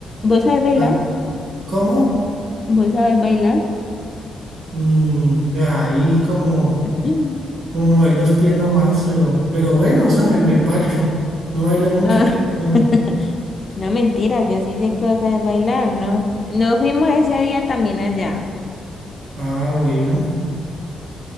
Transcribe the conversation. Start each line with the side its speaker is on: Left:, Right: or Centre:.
Left: ¿Vos sabés bailar?
Right: Ah, ¿Cómo?
Left: ¿Vos sabés bailar? <gasps>
Right: Mm, pues ahí como.
Left: Mm.
Right: o mover los pies nomás, pero, pero bueno, ¿sabes? Me parcho. No bailo mucho.
Left: Ah,
Right: Bueno,
Left: <laughs> no mentiras, yo sí sé que vos sabés bailar, ¿no? No fuimos ese día también allá.
Right: ah, bueno.